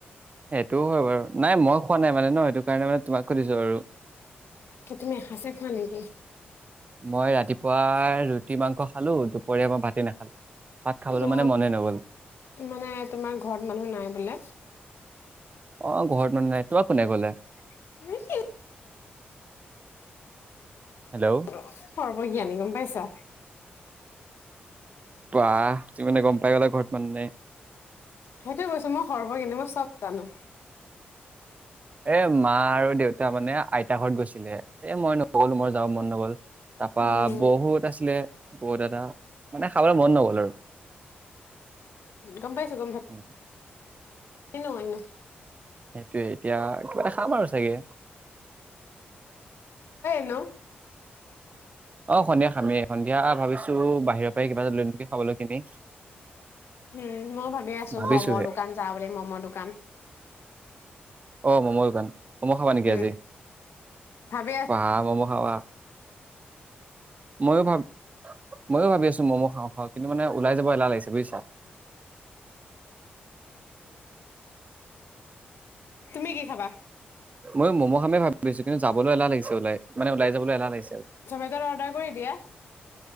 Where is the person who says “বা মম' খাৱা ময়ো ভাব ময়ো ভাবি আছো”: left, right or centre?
Right